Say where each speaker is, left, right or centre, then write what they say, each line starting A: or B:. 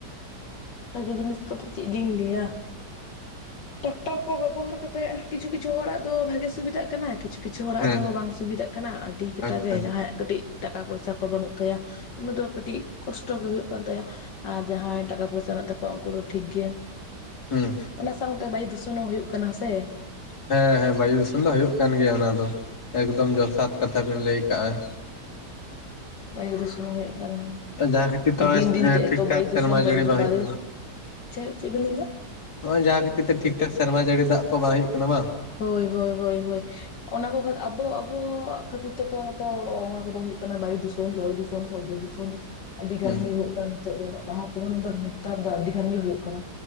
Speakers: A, on the left; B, on the left.
A: ᱵᱷᱟᱜᱤ ᱡᱤᱱᱤᱥ ᱫᱚ ᱟᱫᱚ ᱪᱮᱫ ᱞᱤᱧ ᱞᱟᱹᱭᱟ ᱴᱟᱠᱴᱟᱨ ᱠᱚ ᱵᱮᱵᱚᱦᱟᱨ ᱠᱟᱛᱮᱫ ᱠᱤᱪᱷᱩ ᱠᱤᱪᱷᱩ ᱦᱚᱲᱟᱜ ᱫᱚ ᱵᱷᱟᱜᱮ ᱥᱩᱵᱤᱫᱷᱟᱜ ᱠᱟᱱᱟ ᱠᱤᱪᱷᱩ ᱠᱤᱪᱷᱩ ᱦᱚᱲᱟᱜ
B: ᱦᱮᱸ
A: ᱫᱚ ᱵᱟᱝ ᱥᱩᱵᱤᱫᱷᱟᱜ ᱠᱟᱱᱟ ᱟᱹᱰᱤ ᱠᱟᱴᱟᱜ
B: ᱟᱪᱪᱷᱟ
A: ᱜᱮ ᱡᱟᱦᱟᱸᱭᱟᱜ ᱠᱟᱹᱴᱤᱡ ᱴᱟᱠᱟ ᱯᱚᱭᱥᱟ ᱠᱚ ᱵᱟᱹᱱᱩᱜ ᱛᱟᱭᱟ ᱩᱱᱤ ᱫᱚ ᱠᱟᱹᱴᱤᱡ ᱠᱚᱥᱴᱚ ᱜᱮ ᱦᱩᱭᱩᱜᱭ ᱠᱟᱱ ᱛᱟᱭᱟ ᱟᱨ ᱡᱟᱦᱟᱸᱭ ᱴᱟᱠᱟ ᱯᱚᱭᱥᱟ ᱢᱮᱱᱟᱜ ᱛᱟᱠᱚᱣᱟ ᱩᱝᱠᱩ ᱫᱚ ᱴᱷᱤᱠ ᱜᱮ,
B: ᱦᱩᱸ
A: ᱚᱱᱟ ᱥᱟᱶᱛᱮ ᱵᱟᱭᱩ ᱫᱩᱥᱚᱱ ᱦᱚᱸ ᱦᱩᱭᱩᱜ ᱠᱟᱱᱟ ᱥᱮ
B: ᱦᱮᱸ ᱦᱮᱸ ᱵᱟᱭᱩ ᱫᱤᱥᱚᱱ ᱫᱚ ᱦᱩᱭᱩᱜ ᱠᱟᱱ ᱜᱮᱭᱟ ᱚᱱᱟ ᱫᱚ ᱮᱠᱫᱚᱢ ᱡᱚᱛᱷᱟᱛ ᱠᱟᱛᱷᱟ ᱵᱮᱱ ᱞᱟᱹᱭ ᱠᱟᱜᱼᱟ
A: ᱵᱟᱭᱩ ᱫᱩᱥᱚᱱ ᱦᱩᱭᱩᱜ ᱠᱟᱱᱟ
B: ᱡᱟᱦᱟᱸ ᱠᱷᱟᱹᱛᱤᱨ ᱛᱮ
A: ᱟᱨ
B: ᱱᱚᱜᱼᱚᱭ
A: ᱫᱤᱱ ᱫᱤᱱ ᱛᱮ ᱮᱛᱚ
B: ᱴᱷᱤᱠ ᱴᱷᱟᱠ
A: ᱵᱟᱭᱩ
B: ᱥᱮᱨᱢᱟ
A: ᱫᱩᱥᱚᱱ ᱡᱚᱞ
B: ᱡᱟᱹᱲᱤ ᱵᱟᱝ
A: ᱵᱟᱭᱩ
B: ᱦᱩᱭᱩᱜ ᱠᱟᱱᱟ
A: ᱪᱮᱫ ᱪᱮᱫ ᱵᱮᱤᱱ ᱞᱟᱹᱭ ᱠᱮᱫᱟ
B: ᱦᱚᱸᱜ-ᱚᱭ ᱡᱟᱦᱟᱸ ᱠᱷᱟᱹᱛᱤᱨ ᱛᱮ ᱴᱷᱤᱠ-ᱴᱷᱟᱠ ᱥᱮᱨᱢᱟ ᱡᱟᱹᱲᱤ ᱫᱟᱜ ᱠᱚ ᱵᱟᱝ ᱦᱩᱭᱩᱜ ᱠᱟᱱᱟ ᱵᱟᱝ
A: ᱦᱳᱭ ᱦᱳᱭ ᱦᱳᱭ ᱦᱳᱭ ᱚᱱᱟ ᱠᱚ ᱠᱷᱟᱛᱤᱨ ᱟᱵᱚ ᱟᱵᱚᱣᱟᱜ ᱠᱷᱟᱹᱛᱤᱨ ᱛᱮᱠᱚ ᱛᱚ ᱚᱱᱟ ᱠᱚᱫᱚ ᱦᱩᱭᱩᱜ ᱠᱟᱱᱟ ᱵᱟᱭᱩ ᱫᱩᱥᱚᱱ ᱡᱚᱞ ᱫᱩᱥᱚᱱ <unintelligible> ᱥᱚᱵᱫᱚ ᱫᱩᱥᱚᱱ ᱟᱹᱰᱤ ᱜᱟᱱ
B: ᱦᱩᱸ
A: ᱜᱮ ᱦᱩᱭᱩᱜ ᱠᱟᱱ ᱱᱤᱛᱚᱜ ᱫᱚ ᱞᱟᱦᱟᱛᱮ <unintelligible> ᱱᱮᱛᱟᱨ ᱫᱚ ᱟᱹᱰᱤ ᱜᱟᱱ ᱜᱮ ᱦᱩᱭᱩᱜ ᱠᱟᱱᱟ